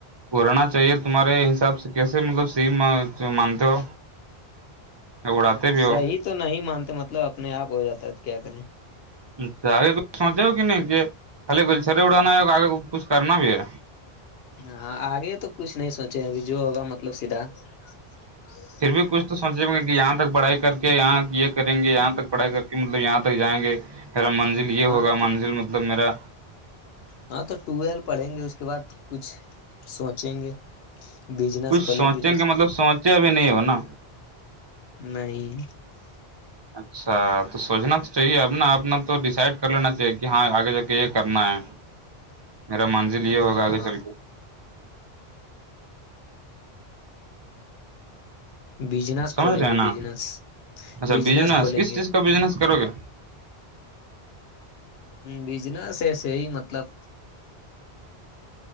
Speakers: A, on the right (about 40°); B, on the left (about 70°).
A: بور ہونا چاہیے تمہارے حساب سے کیسے مطلب سیم مانتے ہو یا اڑاتے بھی ہو
B: صحیح تو نہیں مانتے مطلب اپنے آپ ہو جاتا ہے تو کیا کریں
A: اچھا آگے کچھ سوچے ہو کہ نہیں کہ خالی گلچرے اڑانا ہے آگے کچھ کرنا بھی ہے
B: ہاں آگے تو کچھ نہیں سوچے ابھی جو ہوگا مطلب سیدھا س
A: پھر بھی کچھ تو سوچیں ہو گے کہ یہاں تک پڑھائی کر کے یہاں یہ کریں گے یہاں تک پڑھائی کر کے مطلب یہاں تک جائیں گے پھر من منزل یہ
B: ہاں
A: ہوگا
B: تو
A: منزل مطلب میرا
B: ہاں تو ٹویلو پڑھیں گے اس کے بعد کچھ سوچیں گے بجنس
A: کچھ
B: کھولیں
A: سوچیں
B: کچھ
A: گے مطلب سوچے ابھی نہیں ہو نا
B: نہیں
A: اچھا تو سوچنا تو چاہیے اب نا اپنا تو ڈیسائڈ کر لینا چاہیے کہ ہاں آگے جا کے یہ کرنا ہے میرا منزل یہ
B: ہاں
A: ہوگا آگے چل کے
B: بجنس
A: سمجھ
B: کھولیں
A: رہے ہیں
B: گے
A: نا
B: بجنس
A: اچھا
B: بجنس
A: بزنس
B: کھولیں
A: کس
B: گے
A: چیز کا بزنس کرو گے
B: بجنس ایسے ہی مطلب